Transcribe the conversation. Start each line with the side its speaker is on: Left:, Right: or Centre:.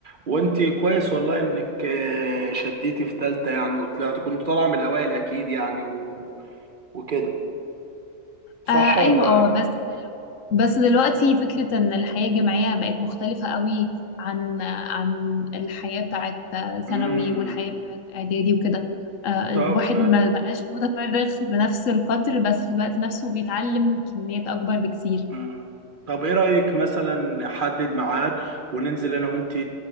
Right: وانت كويس والله انك آه، شديتي في تالتة يعني وطلعت كنت طالعة من الاوائل اكيد يعني و... وكده صح
Left: آه
Right: ولا
Left: ايوه اه بس دلو بس دلوقتي فكرة ان الحياة الجامعية بقت مختلفة قوي عن عن الحياة بتاعت
Right: امم
Left: ثانوي والحياة بتاعت اعدادي وكده آه
Right: طب
Left: الواحد ما بقاش متفرغ بنفس القدر بس في الوقت نفسه بيتعلم كميات اكبر بكتير
Right: مم. طب ايه رأيك مثلا نحدد ميعاد وننزل انا وانت